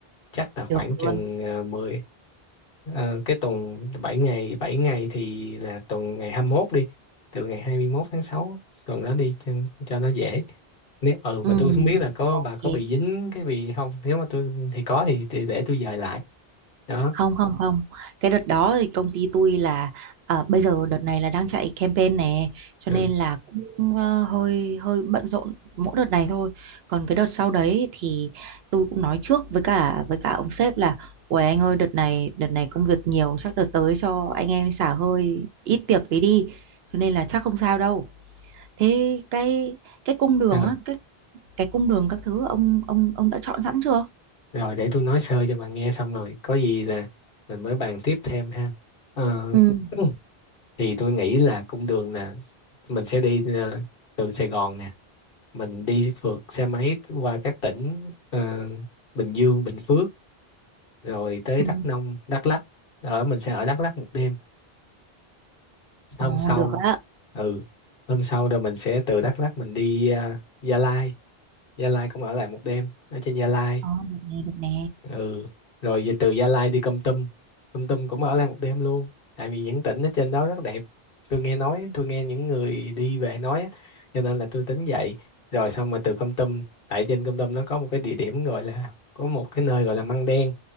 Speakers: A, on the left; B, on the right.
A: chắc là khoảng
B: Được
A: chừng
B: luôn
A: ờ, 10 ờ, cái tuần bảy ngày bảy ngày thì là tuần ngày 21 đi từ ngày 21 tháng 6 tuần đó đi cho, cho nó dễ nếu ừ
B: Ừm,
A: mà tôi không biết là có
B: Ok
A: bà có bị dính cái gì không nếu mà tôi thì có thì, thì để tôi dời lại đó
B: không không không cái đợt đó thì công ty tôi là à, bây giờ đợt này là đang chạy campaign nè cho
A: ừ
B: nên là cũng ờ, hơi hơi bận rộn mỗi đợt này thôi còn cái đợt sau đấy thì tôi cũng nói trước với cả với cả ông sếp là ôi anh ơi đợt này đợt này công việc nhiều chắc đợt tới cho anh em xả hơi ít việc tí đi cho nên là chắc không sao đâu thế cái cái cung đường
A: ừ
B: á cái cái cung đường các thứ ông ông ông đã chọn sẵn chưa
A: rồi để tôi nói sơ cho bà nghe xong rồi có gì là mình mới bàn tiếp thêm ha Ờ,
B: Ừ.
A: <clears throat> thì tôi nghĩ là cung đường là mình sẽ đi ờ, từ Sài Gòn nè mình đi phượt xe máy qua các tỉnh ờ, Bình Dương Bình Phước rồi tới
B: ừ.
A: Đắk Nông Đắk Lắk ở mình sẽ ở Đắk Lắk một đêm hôm
B: Ồ,
A: sau
B: được á
A: ừ hôm sau rồi mình sẽ từ Đắk Lắk mình đi à, Gia Lai Gia Lai cũng ở lại một đêm ở trên Gia Lai
B: Ờ, được nè, được nè.
A: ừ rồi về từ Gia Lai đi Kon Tum Kon Tum cũng ở lại một đêm luôn tại vì những tỉnh ở trên đó rất đẹp tôi nghe nói tôi nghe những người đi về nói á, cho nên là tôi tính vậy rồi xong mà từ Kon Tum tại trên Kon Tum nó có một cái địa điểm gọi là có một cái nơi gọi là Măng Đen